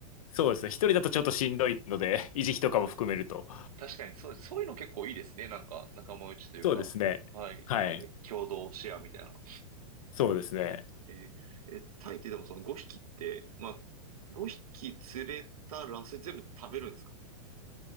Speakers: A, on the left (about 65°); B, on the right (about 75°).
A: そうですね。一人だとちょっとしんどいので、<laughs> 維持費とかも含めると。
B: そうで、確かに、そう、そういうの結構いいですね。なんか、仲間内というか。
A: そうですね。
B: はい、
A: はい。
B: 今ね、共同シェアみたいな。
A: そうですね。
B: えーえ、タイってでもその5匹って、まあ、5匹釣れたら、それ全部食べるんですか